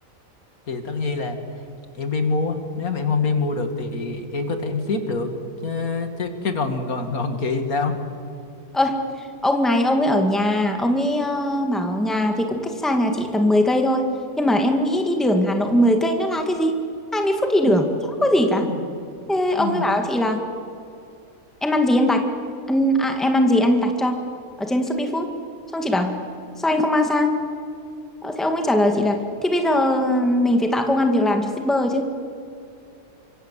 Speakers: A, on the left; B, in the centre.
A: thì tất nhiên là em đi mua nếu mà em không đi mua được thì em có thể em ship được chứ chứ, chứ còn còn còn chị sao
B: Ơi, ông này ông ấy ở nhà, ông ấy ờ, bảo nhà thì cũng cách xa nhà chị tầm 10 cây thôi. Nhưng mà em nghĩ đi đường Hà Nội 10 cây nó là cái gì? hai mươi phút
A: <laughs>
B: đi đường,
A: Ừ.
B: chả có gì cả.
A: Ừ.
B: Thế ông
A: Ừ.
B: ấy bảo chị là em ăn gì ăn đặt, ăn à, em ăn gì ăn đặt cho ở trên Shopee Food. Xong chị bảo sao anh không mang sang? Ờ, Thế ông ấy trả lời chị là Thì bây giờ mình phải tạo công ăn việc làm cho shipper chứ